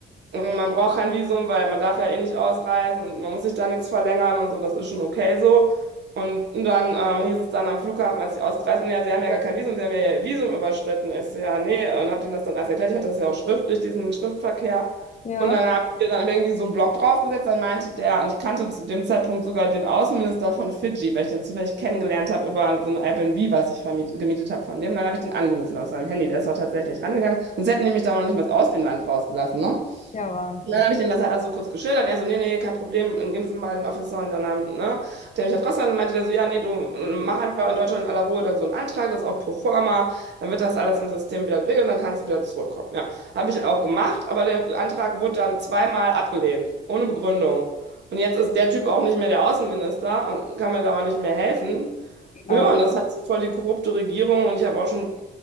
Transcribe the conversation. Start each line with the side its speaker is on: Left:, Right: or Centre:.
Right: äh, und Man braucht kein Visum, weil man darf ja eh nicht ausreisen und man muss sich da nichts verlängern und so, das ist schon okay so. Und dann ähm, hieß es dann am Flughafen, als ich ausgereist bin, ja, Sie haben ja gar kein Visum, Sie haben ja Ihr Visum überschritten. Ich so, ja, nee, und hab denen das dann alles erklärt. Ich hatte das ja auch schriftlich, diesen Schriftverkehr.
Left: Ja,
Right: Und dann haben wir dann irgendwie so einen Block draufgesetzt, dann meinte der, und ich kannte zu dem Zeitpunkt sogar den Außenminister von Fidschi, weil ich den zufällig kennengelernt habe über so ein Airbnb, was ich vermiet, gemietet habe von dem. Dann habe ich den angerufen auf seinem Handy, der ist auch tatsächlich rangegangen. Sonst hätten die mich da noch nicht mal aus dem Land rausgelassen, ne?
Left: ja, Wahnsinn.
Right: Und dann habe ich dem das halt also kurz geschildert. Er so, nee, nee, kein Problem, geben Sie mir mal den Officer. Und dann, haben, ne, der mich halt trotzdem und meinte der so, ja, nee, du mach einfach in Deutschland in aller Ruhe dann so einen Antrag, das ist auch pro forma, dann wird das alles im System wieder geregelt und dann kannst du wieder zurückkommen. Ja, habe ich auch gemacht, aber der Antrag wurde dann zweimal abgelehnt, ohne Begründung. Und jetzt ist der Typ auch nicht mehr der Außenminister und kann mir da auch nicht mehr helfen.
Left: Geil.
Right: Ja, und das ist halt so voll die korrupte Regierung und ich habe auch schon